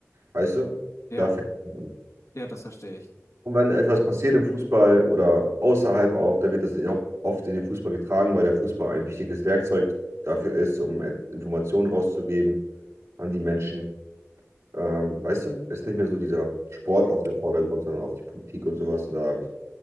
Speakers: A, on the right; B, on the left.
A: Weißt du?
B: Ja,
A: Da fängt an.
B: ja, das verstehe ich.
A: Und wenn etwas passiert im Fußball oder außerhalb auch, dann wird das auch oft in den Fußball getragen, weil der Fußball ein wichtiges Werkzeug dafür ist, um Informationen rauszugeben an die Menschen. Ähm, weißt du, ist nicht mehr so dieser Sport auf dem Vordergrund, sondern auf die Politik und sowas. Und da habe ich,